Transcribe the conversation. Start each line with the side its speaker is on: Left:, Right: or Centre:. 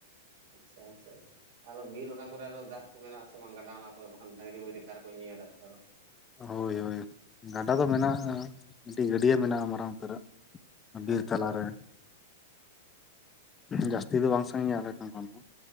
Right: ᱟᱪᱪᱷᱟ ᱟᱪᱷᱟ ᱟᱪᱷᱟ ᱟᱨᱚ ᱵᱤᱨ ᱚᱱᱟ ᱠᱚᱨᱮ ᱟᱨᱚ ᱫᱟᱜ ᱠᱚ ᱢᱮᱱᱟᱜ ᱟᱥᱮ ᱵᱟᱝ ᱜᱟᱰᱟ ᱚᱱᱟ ᱠᱚᱨᱮ ᱵᱟᱠᱷᱟᱱ ᱰᱟᱝᱜᱨᱤ ᱢᱟᱝᱨᱤ ᱚᱠᱟ ᱨᱮᱠᱚ ᱧᱩᱭᱟ ᱫᱟᱜ ᱠᱚ
Left: ᱦᱚᱭ ᱦᱚᱭ ᱜᱟᱰᱟ ᱫᱚ ᱢᱮᱱᱟᱜᱼᱟ ᱢᱤᱫᱴᱤᱡ ᱜᱟᱹᱰᱭᱟᱹ ᱢᱮᱱᱟᱜᱼᱟ ᱢᱟᱨᱟᱝ ᱩᱛᱟᱹᱨᱟᱜ ᱵᱤᱨ
Right: ᱟᱪᱪᱷᱟ
Left: ᱛᱟᱞᱟᱨᱮ ᱡᱟᱹᱥᱛᱤ ᱫᱚ ᱵᱟᱝ ᱥᱟᱺᱜᱤᱧᱟ ᱟᱞᱮ ᱴᱷᱮᱱ ᱠᱷᱚᱱ ᱫᱚ